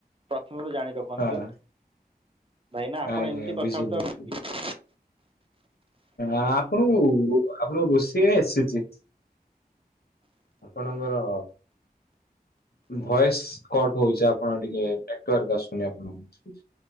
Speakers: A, on the right; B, on the left.
A: ପ୍ରଥମରୁ ଜାଣି ରଖନ୍ତୁ।
B: ହଁ,
A: ଭାଇନା ଆପଣ
B: ଆଜ୍ଞା
A: ଏମିତି କଥାବାର୍ତ୍ତା
B: ବୁଝିଲି।
A: ହେଲେ କି
B: ଆପଣଙ୍କୁ ଆପଣଙ୍କୁ ରୋଷେଇ ଆସିଛି। ଆପଣଙ୍କର ଭଏସ୍ କଟ ହଉଛି ଆପଣ ଟିକେ ନେଟୱାର୍କ ଆସୁନି ଆପଣଙ୍କୁ